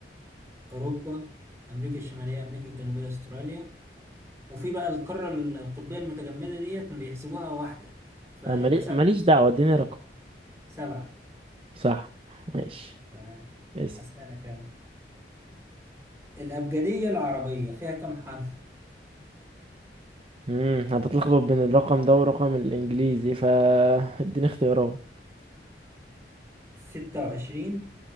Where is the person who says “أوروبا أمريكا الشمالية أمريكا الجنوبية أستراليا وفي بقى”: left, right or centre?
Right